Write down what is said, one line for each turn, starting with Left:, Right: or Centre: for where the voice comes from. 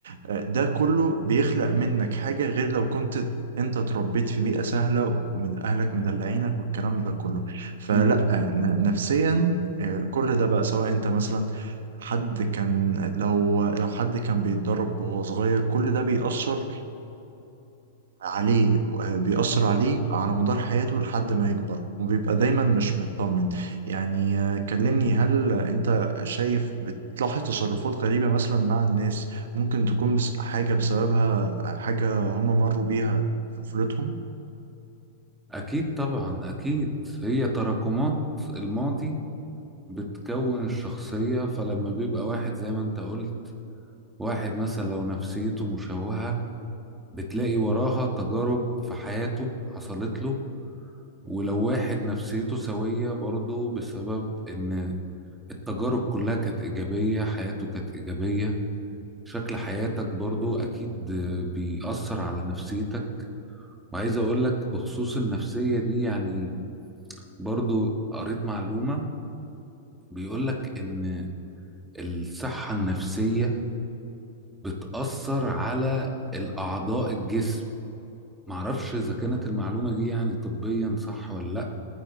Right: آه، ده كله بيخلق منك حاجة غير لو كنت انت اتربيت في بيئة سهلة ومن اهلك مدلعينك والكلام ده كله فلا
Centre: مم.
Right: آه، ن- نفسيا آه، كل ده بقى سواء انت مثلا حد كان لو لو حد كان بيتدرب وهو صغير كل ده بيأثر عليه آه، بيأثر عليه على مدار حياته لحد ما يكبر وبيبقى دايما مش مطمن يعني آه، كلمني هل انت شايف بتلاحظ تصرفات غريبة مثلا مع الناس ممكن تكون بس حاجة بسببها حاجة هم مروا بيها في طفولتهم؟
Centre: اكيد طبعا اكيد هي تراكمات الماضي بتكون الشخصية فلما بيبقى واحد زي ما انت قلت واحد مثلا لو نفسيته مشوهة بتلاقي وراها تجارب في حياته حصلت له ولو واحد نفسيته سوية برضه بسبب إن التجارب كلها كانت إيجابية حياته كانت إيجابية شكل حياتك برضو أكيد بيأثر على نفسيتك وعايز أقولك بخصوص النفسية دي يعني برضو قريت معلومة بيقولك إن الصحة النفسية بتأثر على الأعضاء الجسم معرفش اذا كانت المعلومه دي يعني طبيا صح ولا لا